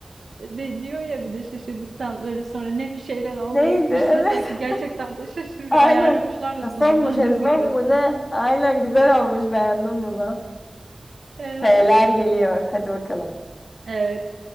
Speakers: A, on the right (about 85°); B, on the left (about 55°).
A: e, de diyor ya bir de şaşırdıktan böyle sonra ne bir şeyler almaya
B: Neydi?
A: gitmişler
B: Evet.
A: <laughs> sanki gerçekten
B: <laughs>
A: de şaşırıyor.
B: Aynen.
A: Ayarlamışlar da
B: Şazlong
A: sonunu
B: mu şezlong
A: <laughs> düzgün göstermek.
B: mu ne? Aynen güzel olmuş beğendim bunu.
A: Evet.
B: Şeyler geliyor hadi bakalım.
A: Evet.